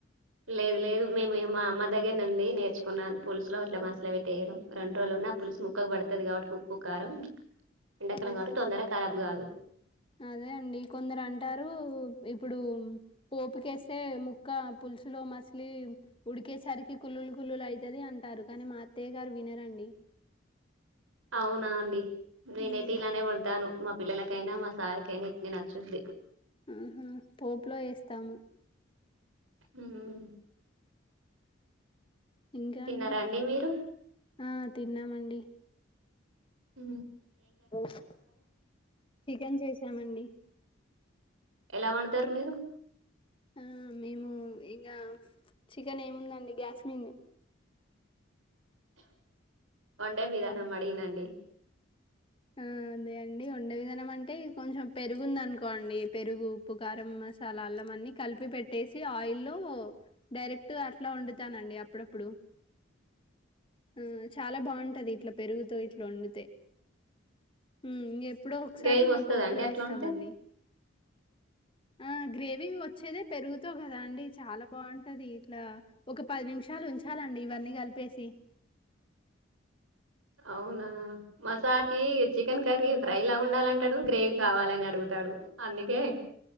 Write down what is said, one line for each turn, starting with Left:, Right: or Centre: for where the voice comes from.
Right: లేదు లేదు మేము ఇగ మా అమ్మ దగ్గర నుండి నేర్చుకున్నాను పులుసులో అట్లా మసలు పెట్టేయడం రెండు రోజులు ఉన్నా పులుసు ముక్కకు పడుతుది కాబట్టి ఉప్పు కారం ఎండాకాలం
Left: ఆహా
Right: కాబట్టి తొందరగా ఖరాబ్ గాదు
Left: అదే అండి కొందరు అంటారు ఇప్పుడు పోపుకేస్తే ముక్క పులుసులో మసిలి ఉడికేసరికి కుళ్లులు కుళ్లులు ఐతుది అంటారు కానీ మా అత్తయ్య గారు వినరండి
Right: అవునా అండి నేనైతే
Left: మ్మ్
Right: ఇలానే ఉంటాను మా పిల్లలకైనా మా సారు కైనా ఇట్నే నచ్చుద్ది
Left: ఊహూ పోపులో ఏస్తాము
Right: ఊహూ
Left: ఇంకా
Right: తిన్నారా
Left: అండి
Right: మీరు
Left: ఆ తిన్నామండి
Right: ఊ
Left: ఓస్ చికెన్ చేసామండి
Right: ఎలా వండుతారు మీరు
Left: ఉమ్ మేము ఇగ చికెన్ ఏముందండి గ్యాస్మిన్
Right: వండే విధానం అడిగినా అండి
Left: ఊ అదే అండి వండే విధానం అంటే కొంచెం పెరుగుంది అనుకోండి పెరుగు ఉప్పు కారం మసాలా అల్లం అన్నీ కలిపి పెట్టేసి ఆయిల్లో డైరెక్ట్ అట్లా వండుతానండి అప్పుడప్పుడు ఊ చాలా బావుంటది ఇట్లా పెరుగుతో ఇట్ల్ ట్లొండుతే ఇంక ఎప్పుడో ఒకసారి
Right: గ్రేవీ
Left: ఇంకా
Right: వస్తదా
Left: పోపులో
Right: అండి అట్లా
Left: వేస్తామండి
Right: వండితే
Left: ఆ గ్రేవీ వచ్చేదే పెరుగుత కదా అండి చాలా బాగుంటది ఇట్లా ఒక పది నిమిషాలు ఉంచాలండి ఇవన్నీ కలిపేసి
Right: అవునా మసాల ఈ చికెన్ కర్రీ
Left: మ్మ్
Right: ఫ్రై లా ఉండాలంటాడు గ్రేవీ కావాలని అడుగుతాడు అందుకే